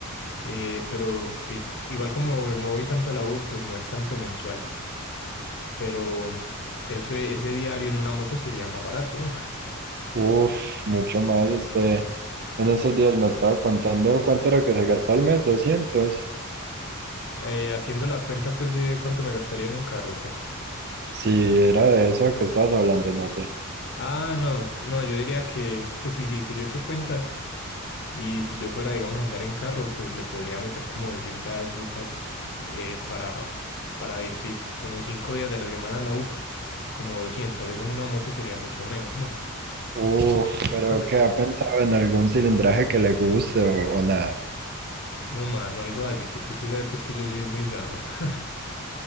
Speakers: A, on the left; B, on the right.
A: Eh, pero sí, igual como no voy tanto a la U, pues no es tanto mensual, pero eso, ese diario en una moto sería más barato, ¿no? <laughs>
B: Uf, mucho más. Usted en esos días me estaba contando cuánto era que se gastó al mes, 200.
A: Eh, haciendo la cuenta, pues, de cuánto me gastaría en un carro, ¿o ¿qué?
B: Si era de eso que estabas hablando, no sé.
A: Ah, no, no, yo diría que, pues sí, sí, que yo echo cuentas. Y si yo fuera, digamos, a andar en carro, pues le podría meter como 200 lucas eh, para, para ir, sí, como cinco días de la semana a la U, como 200. Eso en una moto sería mucho menos, ¿no?
B: Uf, pero
A: Ah,
B: ¿qué ha pensado en algún cilindraje que le guste o, o nada?
A: no, mano, algo así, que tú se sabe, pues que yo soy muy sano. <laughs>